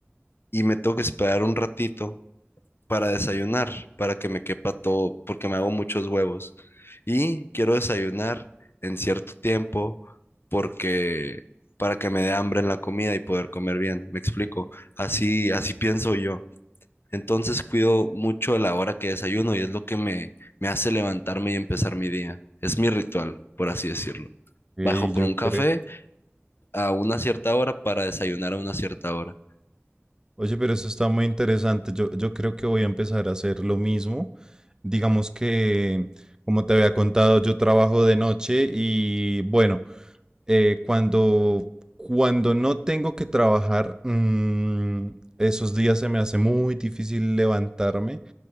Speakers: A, on the left; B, on the right.
A: y me tengo que esperar un ratito para desayunar, para que me quepa todo, porque me hago muchos huevos. Y quiero desayunar en cierto tiempo porque para que me dé hambre en la comida y poder comer bien. ¿Me explico? Así, así pienso yo. Entonces cuido mucho de la hora que desayuno y es lo que me, me hace levantarme y empezar mi día. Es mi ritual, por así decirlo.
B: Y
A: Bajo por
B: yo
A: un café
B: creo,
A: a una cierta hora para desayunar a una cierta hora.
B: oye, pero eso está muy interesante. Yo, yo creo que voy a empezar a hacer lo mismo. Digamos que, como te había contado, yo trabajo de noche y bueno. eh, cuando, cuando no tengo que trabajar, mm, esos días se me hace muy difícil levantarme,